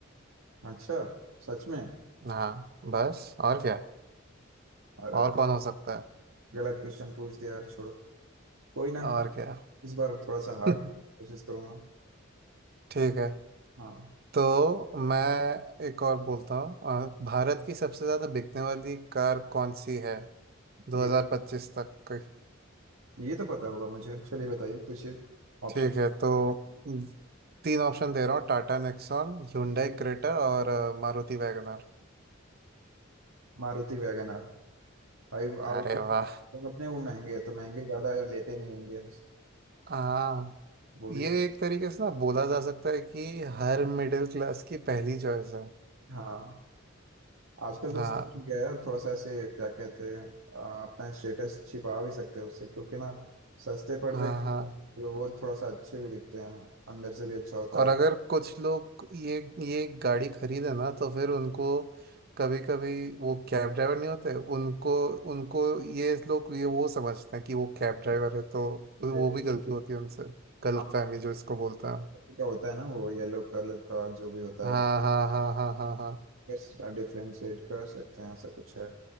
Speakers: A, on the right; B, on the right.
A: अच्छा सच में
B: हाँ बस और क्या
A: अरे
B: और कौन हो सकता है
A: गलत क्वेश्चन पूछ दिया यार छोड़ो कोई ना
B: और क्या
A: इस बार थोड़ा सा हार्ड
B: <laughs>
A: कोशिश करूंगा
B: ठीक है
A: हाँ
B: तो मैं एक और बोलता हूँ अ, भारत की सबसे ज्यादा बिकने वाली कार कौन सी है 2025
A: ये
B: तक की
A: ये तो पता होगा मुझे चलिए बताइए कुछ ऑप्शन
B: ठीक है तो म, तीन ऑप्शन दे रहा हूँ टाटा नेक्सॉन hyundai क्रेटा और अ, मारुति वैगनर
A: Maruti Wagon R भाई आओ
B: अरे वाह
A: अपने वो महंगे है तो महंगे ज्यादा लेते नहीं इंडियंस
B: हाँ
A: वो
B: ये
A: भी
B: एक तरीके से ना बोला जा सकता है कि हर मिडिल क्लास की पहली चॉइस है
A: हाँ आजकल तो
B: हाँ
A: ठीक है यार थोड़ा सा ऐसे क्या कहते हैं आ, अपना स्टेटस छिपा भी सकते हैं उससे क्योंकि ना सस्ते पड़ते
B: हाँ हाँ
A: तो वो थोड़ा सा अच्छे भी दिखते हैं अंदर से भी अच्छा होता
B: और
A: है
B: अगर कुछ लोग ये ये गाड़ी खरीदे ना तो फिर उनको कभी कभी वो कैब ड्राइवर नहीं होते उनको उनको ये लोग ये वो समझते हैं कि वो कैब ड्राइवर है तो वो
A: ये-
B: भी गलती होती है उनसे गलत
A: हाँ,
B: फहमी जो इसको बोलते हैं
A: क्या होता है ना वो येलो कलर का जो भी होता
B: हाँ
A: है
B: हाँ हाँ हाँ हाँ हाँ
A: यस डिफ्रेंशिएट कर सकते हैं ऐसा कुछ है